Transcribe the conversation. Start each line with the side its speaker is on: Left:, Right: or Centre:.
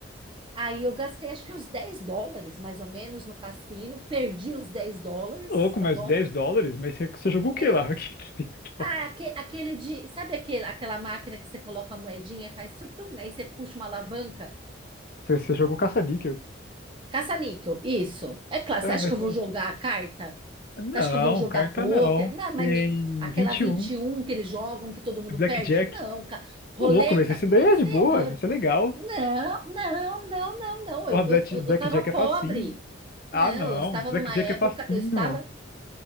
Right: Aí eu gastei acho que uns 10 dólares, mais ou menos, no cassino. Perdi os 10 dólares,
Left: Louco,
Right: tá
Left: mas
Right: bom?
Left: 10 dólares? Mas você, você jogou o
Right: É.
Left: que lá? <laughs> Que 10
Right: Ah,
Left: dólares?
Right: aque- aquele de. Sabe aquele, aquela máquina que você coloca a moedinha e faz surtum? Aí você puxa uma alavanca?
Left: Você, você jogou caça-níquel.
Right: Caça-níquel, isso. É claro,
Left: Ah,
Right: você acha
Left: mas
Right: que eu vou jogar a carta?
Left: não,
Right: Você acha que eu vou jogar
Left: carta
Right: pôquer?
Left: não.
Right: Não, mas
Left: Tem
Right: nem aquela
Left: vinte
Right: vinte
Left: e um.
Right: e um que eles jogam, que todo mundo
Left: é Blackjack.
Right: perde? Não, cara. Roleta?
Left: Ô, louco, mas esse daí
Right: Nem
Left: é
Right: ferrando.
Left: de boa, esse é legal.
Right: Não, não, não, não, não.
Left: Porra,
Right: Eu,
Left: Black,
Right: eu, eu
Left: Blackjack
Right: eu tava pobre.
Left: é facinho.
Right: Não,
Left: Ah, não,
Right: eu estava
Left: Blackjack
Right: numa época,
Left: é facinho.
Right: eu estava,